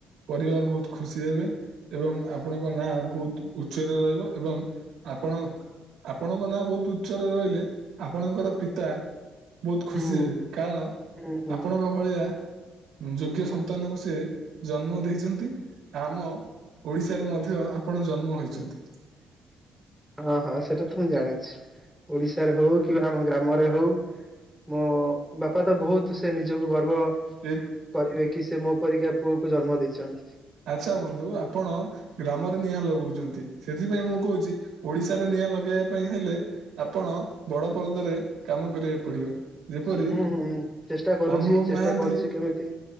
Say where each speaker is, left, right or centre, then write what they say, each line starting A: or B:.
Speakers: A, on the right; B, in the centre.
A: ପରିବାର ବହୁତ ଖୁସି ହେବେ ଏବଂ ଆପଣଙ୍କ ନାଁ ବହୁତ ଉଚ୍ଚରେ ରହିବ ଏବଂ ଆପଣ ଆପଣଙ୍କ ନାଁ ବହୁତ ଉଚ୍ଚରେ ରହିଲେ ଆପଣଙ୍କର ପିତା ବହୁତ ଖୁସି
B: ହୁଁ
A: ହେବେ କାରଣ
B: ହୁଁ ହୁଁ
A: ଆପଣଙ୍କ ଭଳିଆ ଯୋଗ୍ୟ ସନ୍ତାନକୁ ସେ ଜନ୍ମ ଦେଇଛନ୍ତି ଆମ ଓଡିଶାରେ ମଧ୍ୟ ଆପଣ ଜନ୍ମ ହୋଇଛନ୍ତି।
B: <unintelligible> ହଁ ହଁ ସେଟା ତ ମୁଁ ଜାଣିଛି ଓଡିଶାରେ ହଉ କିବା ଆମ ଗ୍ରାମରେ ହଉ ମୋ ବାପା ତ ବହୁତ ସେ ନିଜକୁ ଗର୍ବ
A: ଏ
B: କରିବେ କି ସେ ମୋ ପରିକା ପୁଅକୁ ଜନ୍ମ ଦେଇଛନ୍ତି।
A: ଆଚ୍ଛା ବନ୍ଧୁ ଆପଣ ଗ୍ରାମରେ ନିଆଁ ଲଗଉଛନ୍ତି। ସେଥିପାଇଁ ମୁଁ କହୁଛି ଓଡ଼ିଶାରେ ନିଆଁ ଲଗାଇବା ପାଇଁ ହେଲେ ଆପଣ ବଡ଼ ପରଦାରେ କାମ କରିବାକୁ ପଡିବ, ଯେପରି
B: ହୁଁ ହୁଁ ଚେଷ୍ଟା କରୁଛି
A: ଅନୁଭବ
B: ଚେଷ୍ଟା
A: ମହାନ୍ତି।
B: କରୁଛି କେମିତି